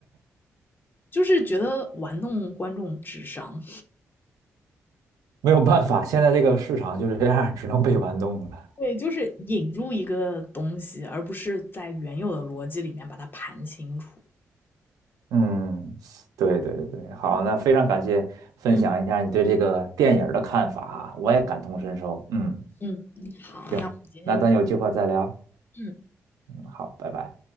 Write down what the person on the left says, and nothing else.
就是觉得玩弄观众智商。
对，就是引入一个东西，而不是在原有的逻辑里面把它盘清楚。
嗯，
嗯，嗯好，
那我们今天就
嗯。